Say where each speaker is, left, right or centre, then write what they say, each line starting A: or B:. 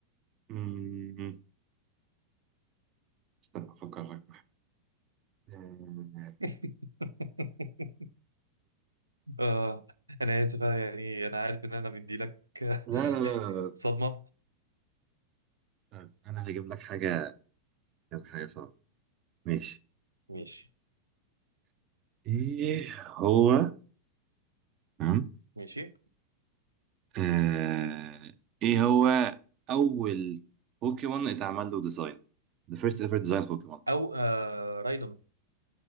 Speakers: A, on the right (about 35°); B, on the right (about 80°).
A: أمم، استنى افكر لك لا
B: <laughs> اه انا اسف أنا يعني انا عارف ان انا بدي لك
A: لا لا لا
B: <laughs>
A: لا
B: صدمه
A: طيب، انا هجيب لك حاجه هجيب لك حاجه صعبه ماشي
B: ماشي
A: ايه هو تمام
B: ماشي
A: آه، ايه هو اول بوكيمون اتعمل له ديزاين the first ever design بوكيمون
B: او آه رايدون